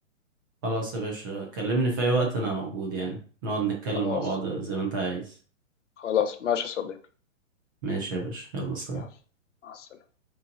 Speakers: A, on the right; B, on the left.
A: خلاص يا باشا كلمني في اي وقت انا موجود يعني نقعد نتكلم
B: خلاص
A: مع بعض زي ما انت عايز
B: خلاص ماشي يا صديقي
A: ماشي يا باشا يلا سلام
B: يلا مع السلامه